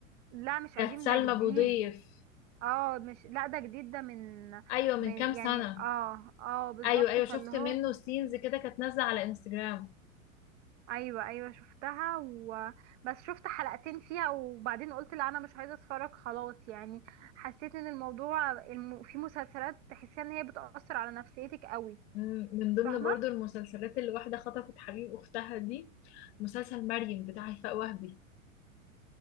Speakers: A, on the right (about 60°); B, on the left (about 50°).
A: لا مش
B: كانت
A: قديم
B: سلمى
A: ده جديد
B: أبو ضيف
A: اه مش لا ده جديد ده من
B: أيوة من
A: من
B: كام سنة
A: يعني اه اه بالظبط
B: ايوه ايوه
A: فاللي
B: شفت
A: هو
B: منه سينز كده كانت نازله على انستجرام
A: ايوه ايوه شفتها و... بس شفت حلقتين فيها وبعدين قلت لا انا مش عايزه اتفرج خلاص يعني حسيت ان الموضوع الم... في مسلسلات تحسيها ان هي بتأثر على نفسيتك قوي
B: مم، من ضمن
A: فاهمه
B: برضو المسلسلات اللي واحده خطفت حبيب اختها دي مسلسل مريم بتاع هيفاء وهبي